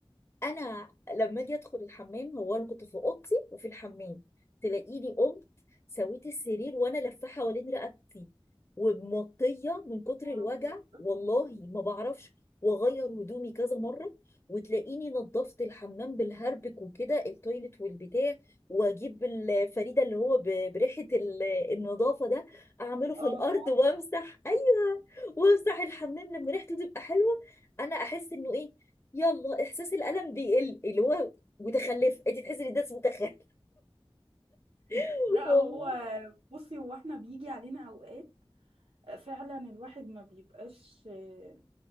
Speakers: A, on the left; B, on the right.
A: انا لما اجي ادخل الحمام هو انا كنت في اوضتي وفي الحمام تلاقيني قمت سويت السرير وانا لفه حوالين رقبتي ومطيه من كتر
B: يا نهار
A: الوجع
B: أبيض
A: والله ما بعرفش واغير هدومي كذا مره وتلاقيني نظفت الحمام بالهربك وكده التويلت والبتاع واجيب الفريده اللي هو ب- بريحه ال- النظافه ده اعمله في
B: اه
A: الارض
B: نعم.
A: وامسح ايوه وامسح الحمام لما ريحته تبقى حلوه انا احس انه ايه يلا احساس الالم بيقل اللي هو متخلف انت تحسي ان ده اسمه متخلف <laughs>
B: <laughs> لا
A: والله
B: هو بصي هو احنا بيجي علينا اوقات فعلا الواحد ما بيبقاش آه،